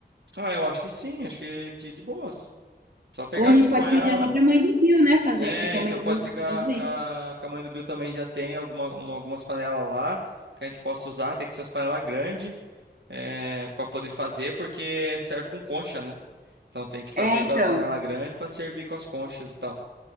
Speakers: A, on the right; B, on the right.
A: Ah, eu acho que sim, acho que, que de boas. Só pegar
B: Ou a gente
A: aqui com
B: pode
A: ela.
B: pedir até pra mãe do Bill, né, fazer,
A: É,
B: porque a
A: então
B: mãe do
A: pode
B: Bill
A: ser que a,
B: faz bem.
A: que a, que a mãe do Bill também já tenha alguma, um- algumas panelas lá que a gente possa usar. Tem que ser as panelas grandes é, para poder fazer, porque serve com concha, né? Então tem que fazer
B: É, então.
A: com a panela grande para servir com as conchas e tal.